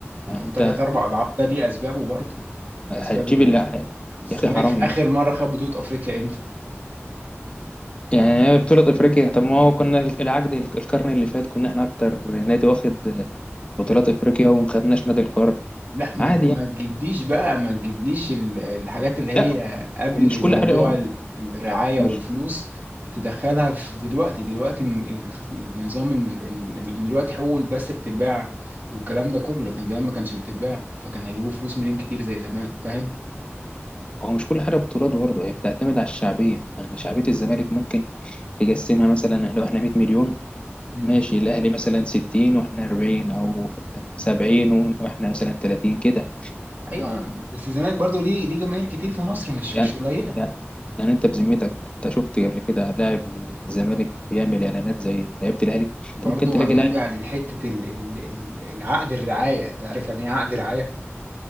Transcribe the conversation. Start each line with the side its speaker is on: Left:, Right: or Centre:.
Right: ما
Left: يعني
Right: هو ثلاث
Left: انت
Right: اربع اضعاف ده ليه اسبابه برضه الاسباب
Left: هتجيب
Right: ال-
Left: اللي
Right: الزمالك
Left: يا اخي حرام
Right: اخر
Left: يا اخي
Right: مره خد بطوله افريقيا امتى
Left: يعني بطولة افريقيا طب ما هو كنا العقد القرن اللي فات كنا احنا اكتر نادي واخد بطولات افريقيا وما خدناش نادي القرن
Right: لا ما
Left: عادي
Right: انت ما
Left: يعني
Right: تجيبليش بقى ما تجيبليش ال- الحاجات اللي هي
Left: لا
Right: قبل
Left: ومش كل
Right: موضوع
Left: حاجة هو
Right: ال- الرعاية
Left: ومش
Right: والفلوس تدخلها في دلوقتي دلوقتي ال- النظام ال- ال- دلوقتي حقوق البث بتتباع والكلام ده كله لكن زمان ما كانش بتتباع فكان هيجيبوا فلوس منين كتير زي زمان فاهم
Left: هو مش كل حاجة بطولات برضه هي بتعتمد على الشعبية يعني شعبية الزمالك ممكن تقسمها مثلا لو احنا 100 مليون
Right: امم
Left: ماشي الأهلي مثلا 60 واحنا 40 أو 70 واحنا مثلا 30 كده
Right: ايوه بس الزمالك برضو ليه ليه جماهير كتير في مصر مش
Left: يعني
Right: مش قليلة
Left: يعني يعني انت بذمتك انت شفت قبل كده لاعب من الزمالك بيعمل اعلانات زي لعيبه الاهلي انت
Right: برضو
Left: ممكن تلاقي
Right: هنرجع
Left: لاعب
Right: لحتة ال- ال- ال- العقد الرعاية انت عارف يعني ايه عقد رعاية